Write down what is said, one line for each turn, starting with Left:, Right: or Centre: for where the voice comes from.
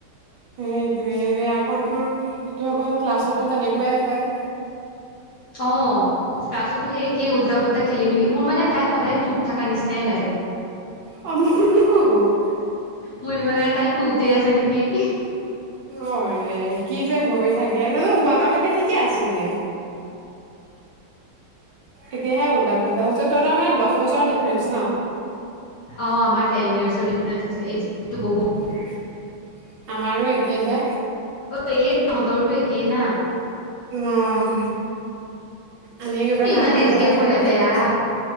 Right: সেইটোৱে ৰে। আকৌ তোৰ এইটো আকৌ ক্লাছতো তেনেকুৱাই হয়।
Left: অ'। তাৰ পিছতো সেই একে উল্টা-পুল্টা খেলিমেলি। মোৰ মানে তাই সদায় টুত থকা নিচিনাই লাগে।
Right: অ' <unintelligible>
Left: মোৰ এনেকুৱা লাগে <unintelligible>
Right: অ' কি যে হৈ থাকে জানো ওৱানলৈকে ঠিকে আছিলে, এতিয়াহে উল্টা পুল্টা হৈছে তই তাৰ মানে দহ বছৰৰ ডিফাৰেন্ঞ্চ ন?
Left: অ' আমাৰ টেন ইয়াৰ্চৰ ডিফাৰেনচ আছে। গেপটো বহুত
Right: <unintelligible> আমাৰো একেইহে,
Left: অ একেই তহঁতৰতো একেই না
Right: অ'।
Left: উম
Right: আমি গৈ পেলাই
Left: এ
Right: ডাঙৰ
Left: ইমান
Right: হোৱালেকে
Left: এজ গেপ
Right: তাৰ পিছত
Left: হলে
Right: সিহঁতৰ
Left: বেয়া
Right: জন্ম হৈছে,